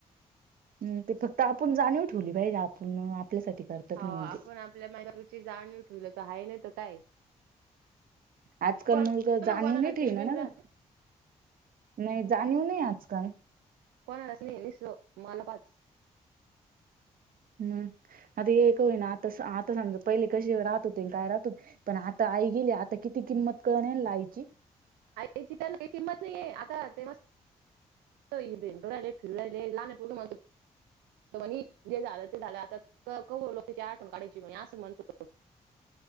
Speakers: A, on the right; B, on the right.
A: हम ते फक्त आपण जाणीव ठेवली पाहिजे आपण आपल्यासाठी करतात
B: हो
A: म्हणून
B: आपण
A: ते
B: आपल्या माूची जाणणीव ठेवलं तर ह नाहीत काय
A: आजकाल
B: कोण
A: मुलग जाणीव
B: ना कोणाला
A: नाही ठे
B: ते बिन
A: ना ना
B: राहत.
A: ग नाही जाणीव नाही आजकाल
B: कोणालास नाही निसलो माला पाच
A: हम्म आता एक का होई ना आता आता समजा पहिले कसे राहत होते काय राहत होते पण आता आई गेली आता किती किंमत कळण आहेल ना आईची
B: याची तर किंमत नाही आहेे आता ते म इ एं राहिले फिर राहियले ला नाही पो म म्हणे जे झालं ते झालं आता कलो त्याच्या आठून काढयची म्हणे असं म्हणतो त